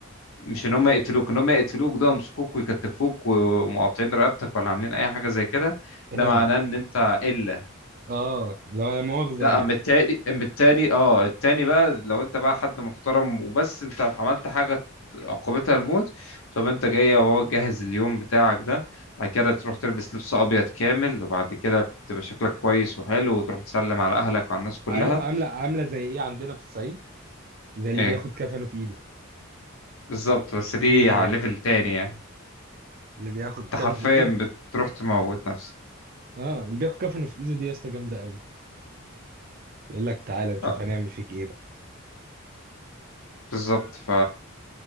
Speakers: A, on the left; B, on the right.
A: مش إن هما يقتلوك إن هما يقتلوك ده يمسكوك ويكتفوك ومقاطعين رقبتك ولا عاملين أي حاجة زي كده ده
B: اهانه
A: معناه إن أنت إلا
B: اه لو لا مؤاخذه
A: لا
B: يعني
A: اما التاني اما التاني اه التاني بقى لو انت بقى حد محترم وبس انت عملت حاجة عقوبتها الموت طب انت جاي يا بابا تجهز اليوم بتاعك ده بعد كده تروح تلبس لبس ابيض كامل وبعد كده تبقى شكلك كويس وحلو وتروح تسلم على اهلك وعلى الناس كلها
B: عارف عامله عامله زي ايه عندنا في الصعيد زي اللي
A: ايه
B: بياخد كفنه في ايده
A: بالظبط بس دي
B: هي هي
A: على ليفل تاني يعني
B: اللي بياخد
A: انت
B: كفنه
A: حرفيا
B: في ايده
A: بتروح تموت نفسك
B: اه اللي بياخد كفنه في ايده دي يا اسطى جامده قوي يقول لك تعالى نشوف
A: اه
B: هنعمل فيك ايه بقى
A: بالظبط ف